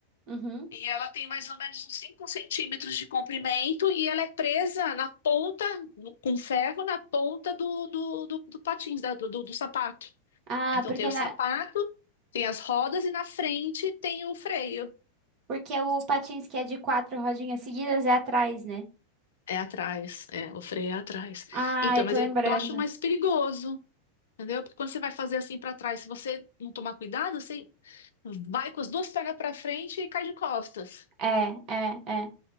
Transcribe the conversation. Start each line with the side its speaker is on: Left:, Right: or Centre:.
Right: Uhum.
Left: E ela tem mais ou menos uns 5 centímetros de comprimento e ela é presa na ponta, no- com ferro, na ponta do, do, do, do patins, da- do, do, do sapato.
Right: Ah,
Left: Então
Right: porque
Left: tem o
Right: na...
Left: sapato, tem as rodas e na frente tem o freio.
Right: porque o patins que é de quatro rodinhas seguidas é atrás, né?
Left: É atrás, é, o freio é atrás.
Right: Ah,
Left: Então,
Right: eu
Left: mas
Right: tô lembrando.
Left: eu, eu acho mais perigoso, entendeu? Porque quando você vai fazer assim para trás, se você não tomar cuidado, você vai com as duas pernas para frente e cai de costas.
Right: É, é, é,